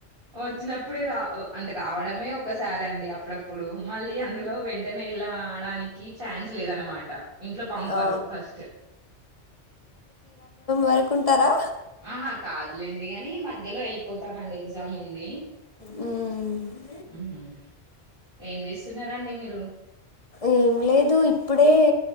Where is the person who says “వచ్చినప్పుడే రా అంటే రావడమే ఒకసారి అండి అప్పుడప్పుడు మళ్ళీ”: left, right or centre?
Right